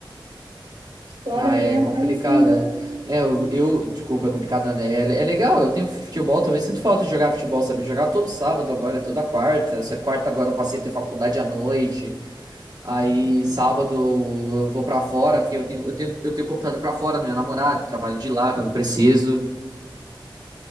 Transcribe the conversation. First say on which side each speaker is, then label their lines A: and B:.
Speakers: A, on the right (about 80°); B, on the right (about 50°).
A: História
B: Ah,
A: minha,
B: é complicado,
A: mas assim, deu...
B: né? É, eu, eu- desculpa, é complicado, nada. É, é legal, eu tenho futebol também. Sinto falta de jogar futebol, sabe? Jogar todo sábado agora, toda quarta. Só que quarta agora eu passei a ter faculdade à noite. Aí
A: um-
B: sábado eu vou pra fora, porque eu tenho, eu tenho, eu tenho computador pra fora do meu namorado, trabalho de lá quando preciso.